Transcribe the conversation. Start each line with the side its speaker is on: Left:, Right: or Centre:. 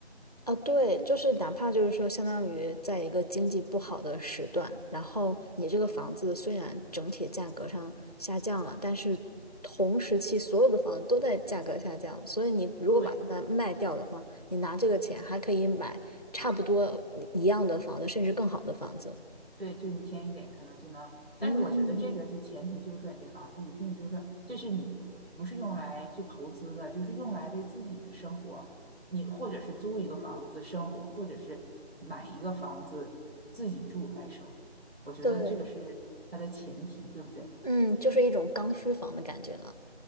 Left: 啊，对，就是哪怕就是说，相当于在一个经济不好的时段，然后你这个房子虽然整体价格上下降了，但是同时期所有的房子都在价格下降，所以你如果把它卖掉的话，
Right: 对
Left: 你拿这个钱还可以买差不多一样的房子，甚至更好的房子。
Right: 对，就你添一点，可能就能。但是我觉得这个就前提就是说，
Left: 嗯，
Right: 你这房子一定就是说，这是你不是用来去投资的，就是用来为自己的生活，你或者是租一个房子生活，或者是买一个房子自己住来生活。我觉得这个是它的前提，
Left: 对，
Right: 对不对？
Left: 嗯，就是一种刚需房的感觉了。